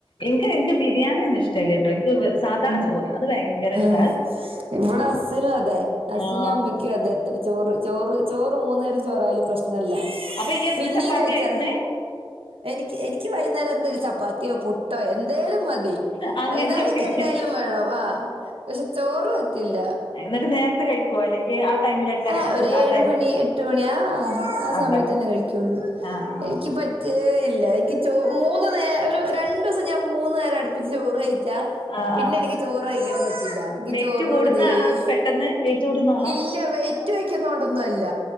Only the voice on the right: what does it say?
ആഹ്
ഇവിടെ ഹസ്സിനും അതെ ഹസ്സിനും
അമ്മയ്ക്ക- അതെ എത്ര ചോറ് ചോറ് ചോറ് മൂന്നു നേരം ചോറായാലും പ്രശ്ന- ങ്ങനെല്ല
പിന്നെയും
കഴിച്ച
എനിക്ക് എനിക്ക് വൈന്നേരം ന്ത ഒരു ചപ്പാത്തിയോ പുട്ടോ എ എന്തായാലും മതി
വൈകുന്നേരക്കി എന്തായാലും വേണം ആ പക്ഷെ ചോറ് പറ്റില്ല
ആഹ് ഒരേഴ്
മണി എട്ട് മണി ആഹ്
സമയത്തന്നെ കഴിക്കൊള്ളു
ഇക്കിപ റ്റേ ഇല്ല എക്ക് ചോ മൂന്ന് നേ ഒര് രണ്ടുസം ഞാൻ മൂന്നേരം അട്പ്പിച്ച് ചോറ് കഴിച്ച
പിന്നെനിക്ക്
ചോറ് കഴ്ക്കാൻ പറ്റില്ല ക്ക്
ചോറിനോട്
ദേശ്
ഇല്ല വെ വെയ്റ്റ് വെക്കുന്നോണ്ടന്നല്ല